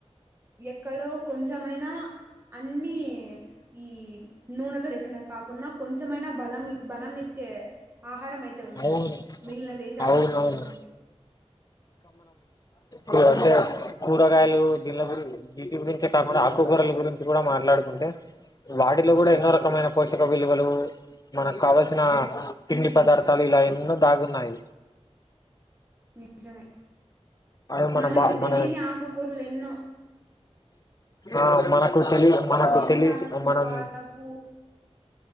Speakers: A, on the right (about 20°); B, on the left (about 35°).
A: ఎక్కడో కొంచమైనా అన్ని ఈ నూనెతో చేసిన కా కోన్నా కొంచమైనా బలంని బలం ని చే ఆహారం అయితే ఉంటది
B: అవును
A: మిగిలిన దేశాలతో
B: అవునవును
A: పోల్చుకుంటే
B: కో అంటే కూరగాయలు దీన్ల గురిం వీటి గురించి కాకుండా ఆకుకూరల గురించి కూడా మాట్లాడుకు అంటే వాటిలో కూడా ఎన్నో రకమైన పోషక విలువలు మనకు కావల్సిన పిండి పదార్థాలు ఇలా ఎన్నో దాగున్నాయ్
A: నిజమే
B: అదే మన
A: మనకు
B: బా మన
A: తెలియని ఆకకూరలు ఎన్నో
B: ఆ మనకు తెలి మనకు
A: మెంతాకు
B: తెలిస్ మనం
A: పాలకు